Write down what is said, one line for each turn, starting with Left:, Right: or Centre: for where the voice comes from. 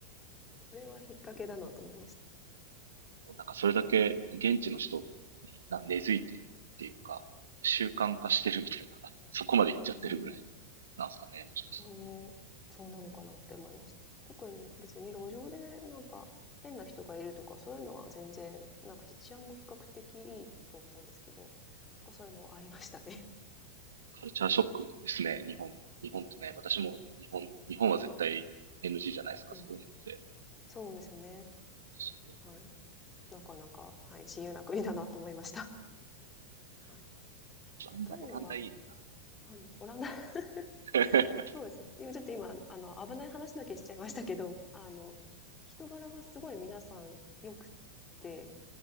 Left: これは引っ掛けだなと思いました。
Right: なんかそれだけ現地の人にな根付いてるっていうか、習慣化してるみたいな、<laughs> そこまで行っちゃってるぐらい
Left: うん。
Right: なんですかね、もしかしたら。
Left: そう、そうなのかなって思いました。特に別に路上でなんか変な人がいるとかそういうのは全然なくて治安も比較的いいと思うんですけど、そういうのはありましたね。
Right: カルチャーショックですね、日本。日本ってね、私も日本、日本は絶対
Left: <laughs> はい。
Right: NG じゃないですか、
Left: うん。
Right: そういうのって。
Left: そうですね。
Right: すごいな
Left: はい。なかなか、はい、自由な国だなと思いました。<laughs> はい。
Right: オランダ、
Left: タイは、
Right: オランダいいな。
Left: はい、オランダ、<laughs>
Right: <laughs>
Left: そうですね。今ちょっと今、あの、危ない話だけしちゃいましたけど、あの、人柄がすごい皆さん良くて、